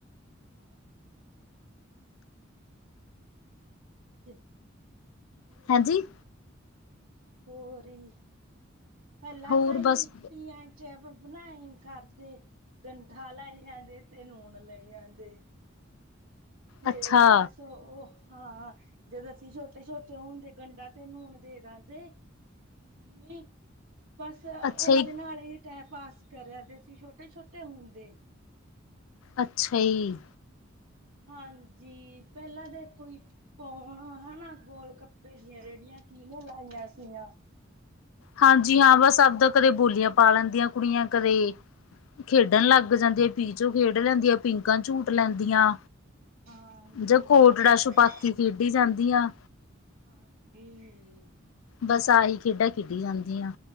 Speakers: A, on the right; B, on the left.
A: ਹਾਂਜੀ <inaudible>
B: ਹਾਂਜੀ
A: ਈ ਹੋਰ ਈ ਪਹਿਲਾਂ
B: ਹੋਰ
A: ਤਾਂ ਹੀ
B: ਬਸ
A: ਤੀਆਂ <unintelligible> ਬਣਾਈ ਕਰਦੇ ਗੰਠਾ ਲੈਈ ਆਂਦੇ ਤੇ ਨੂਣ ਲੈਈ ਆਦੇ। ਤੇ
B: ਅੱਛਾ
A: ਬਸ ਉਹ ਹਾਂ। ਜਦੋਂ ਅਸੀਂ ਛੋਟੇ-ਛੋਟੇ ਹੁੰਦੇ ਗੰਡਾ ਤੇ ਨੂਨ ਦੇ ਦਿੰਦੇ। <unintelligible> ਬਸ ਉਹਦੇ
B: ਅੱਛਾ ਜੀ
A: ਨਾਲ ਹੀ ਟੈਮ ਪਾਸ ਕਰਿਆ ਦੇ ਸੀ ਛੋਟੇ-ਛੋਟੇ ਹੁੰਦੇ।
B: ਅੱਛਾ ਈ।
A: ਹਾਂਜੀ, ਪੈਲਾਂ ਦੇਖੋ ਯੀ ਪੈਲਾਂ ਨਾ, ਗੋਲਗੱਪੇ ਦੀਆਂ ਰੇੜੀਆਂ ਕੀਨੇ ਲਾਈਆਂ ਸੀਆਂ?
B: ਹਾਂਜੀ, ਹਾਂ ਬਸ ਆਪਦਾ ਕਦੇ ਬੋਲੀਆਂ ਪਾ ਲੈਂਦੀਆਂ ਕੁੜੀਆਂ, ਕਦੇ ਖੇਡਣ ਲੱਗ ਜਾਂਦੀ, ਪੀਚੋ ਖੇਡ ਲੈਂਦੀ, ਪੀਂਕਾ ਝੂਟ ਲੈਂਦੀਆਂ।
A: ਹਾਂਜੀ
B: ਜਾ ਕੋਟੜਾ
A: ਹਾਂਜੀ।
B: -ਛਪਾਕੀ ਖੇਡੀ ਜਾਂਦੀਆਂ।
A: ਹਾਂਡੀ
B: ਬਸ, ਆਹੀ ਖੇਡਾਂ ਖੇਡੀ ਜਾਂਦੀਆਂ।